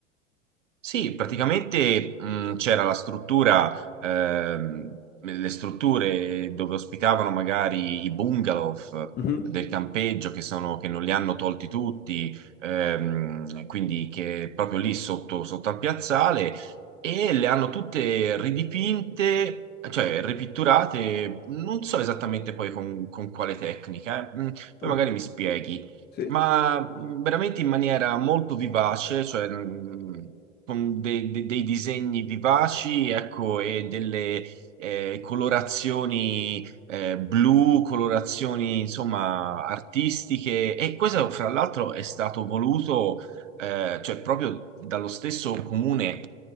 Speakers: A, on the right (about 75°); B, on the left (about 25°).
A: Sì, praticamente mh, c'era la struttura, ehm, le strutture dove ospitavano magari i bungalow
B: Mhm.
A: del campeggio che sono, che non li hanno tolti tutti, ehm, quindi che proprio lì sotto, sotto al piazzale e le hanno tutte ridipinte, cioè ripitturate, non so esattamente poi con, con quale tecnica, eh. Mm, Poi
B: Ah,
A: magari mi spieghi
B: sì,
A: ma mh, veramente in maniera molto vivace, cioè mh, con de- de- dei disegni vivaci, ecco, e delle eh, colorazioni eh, blu, colorazioni insomma artistiche. E questo, fra l'altro, è stato voluto eh, cioè, proprio dallo stesso comune.